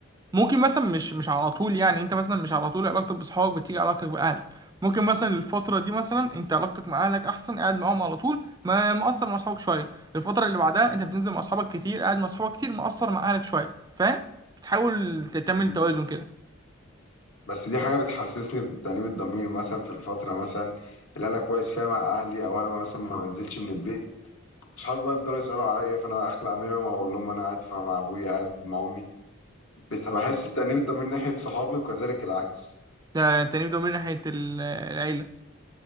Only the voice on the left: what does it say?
مم.
بس دي حاجة بتحسسني بتأنيب الضمير مثلا في الفترة مثلا اللي أنا كويس فيها مع أهلي أو أنا مثلا ما بنزلش من البيت صحابي بقى يفضلوا يسألوا عليا فأنا أخلع منهم وأقول لهم أنا قاعد مع أبويا قاعد مع أمي بت- بحس التأنيب ده من ناحية صحابي وكذلك العكس